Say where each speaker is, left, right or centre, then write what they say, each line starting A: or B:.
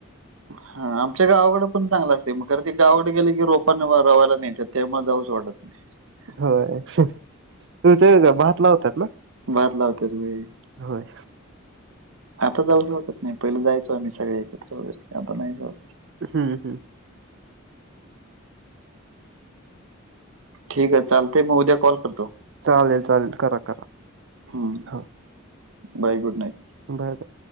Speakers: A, on the right; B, on the right.
A: हं आमच्या गावाकडे पण चांगल असते मग खर ते गावाकडे गेले की रोपांने रवायला नत्यात त्यामुळे जाऊच वाटत <inaudible>
B: होय <unintelligible> भात लावत्यांत ना?
A: भात लावतात वेळी.
B: होय!
A: आता जाऊच वाटत नाही पहिलं जायचो आम्ही सगळे एकत्र वगैरे आता नाही जाऊ.
B: हूं हूं!
A: ठीक आहे चालतय म उद्या कॉल करतो!
B: चालेल चालेल करा करा
A: हं.
B: ह.
A: Bye good night.
B: Bye bye.